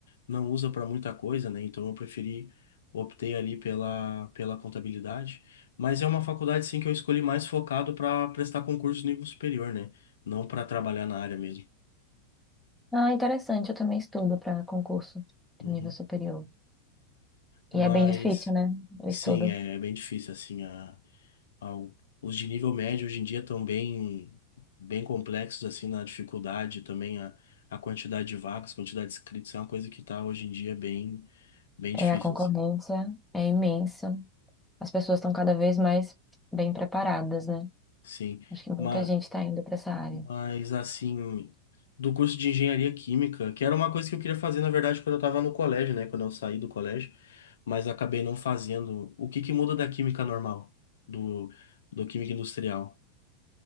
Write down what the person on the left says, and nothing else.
não usa para muita coisa, né? Então eu preferi, optei ali pela, pela contabilidade. Mas é uma faculdade, sim, que eu escolhi mais focado para prestar concurso nível superior, né? Não para trabalhar na área mesmo.
Uhum.
Mas,
sim,
é bem difícil, assim, a ao- os de nível médio hoje em dia estão bem, bem complexos assim na dificuldade, também a, a quantidade de vagas, quantidade de inscritos é uma coisa que está hoje em dia bem, bem
difícil
assim.
Sim,
mas,
mas assim, do curso de engenharia química, que era uma coisa que eu queria fazer, na verdade, quando eu estava no colégio, né? Quando eu saí do colégio, mas acabei não fazendo. O que que muda da química normal, do, do química industrial?